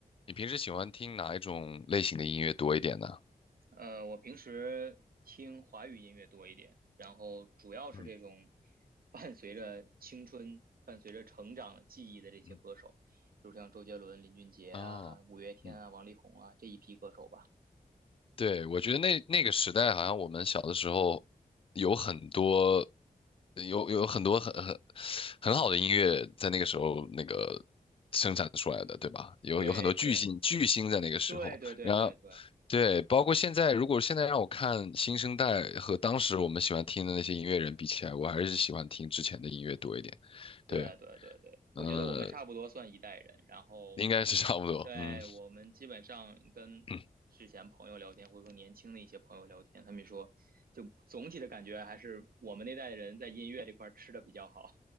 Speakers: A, on the left; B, on the right.
A: 你平时喜欢听哪一种类型的音乐多一点呢？
B: 呃，我平时听华语音乐多一点，然后主要是这种
A: 嗯
B: <laughs> 伴随着青春、伴随着成长记忆的这些歌手，
A: 嗯
B: 比如像周杰伦、林俊杰啊、
A: 啊，
B: 五月天啊、
A: 嗯，
B: 王力宏啊这一批歌手吧。
A: 对，我觉得那那个时代，好像我们小的时候有很多，有有很多很很很好的音乐在那个时候那个生产出来的，对吧？有有很多巨星巨星在那个时候，
B: 对对对对对对对，
A: 然后对，包括现在，如果现在让我看新生代和当时我们喜欢听的那些音乐人比起来，我还是喜欢听之前的音乐多一点。对，
B: 对对对对，我觉得我们差不多算一代人，
A: 呃
B: 然后，
A: 应该是差不多，
B: 对，
A: 嗯
B: 我们基本上跟之前朋友聊天，
A: 嗯
B: 或者说年轻的一些朋友聊天，他们说，就总体的感觉还是我们那代人在音乐这块儿吃的比较好。